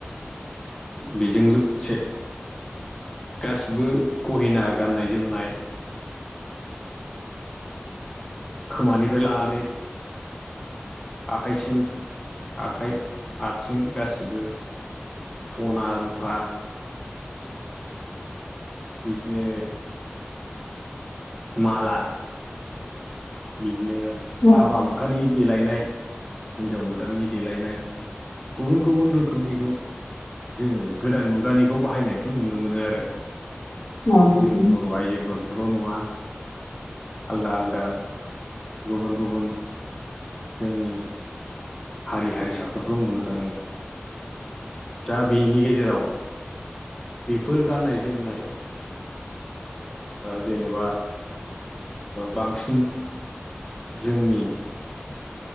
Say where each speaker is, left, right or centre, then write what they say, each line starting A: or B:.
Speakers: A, on the left; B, on the left.
A: बेजों लोगोसे गासिबो गहिना गाननाय जोमनाय खोमानिफ्राय लानानै आखाइसिम आखाइ आथिं गासिबो सना रुफा बिदिनो माला बिदिनो
B: औ
A: हाबा हुखानि देलायनाय हिन्जाव गोदाननि देलायनाय गुबुन गुबुन रोखोमनिखौ जोङो गोदान मुगानिखौ बाहायनायखौ नुनो मोनो आरो
B: औ नोंथां
A: जोंनि बर' आइजोफोरखौल' नङा आलदा आलदा गुबुन गुबुन जोंनि हारि हारिसाफोरखौ नुनो थाङो दा बेनि गेजेराव बेफोर गाननाय जोमनाय जेनेबा बांसिन जोंनि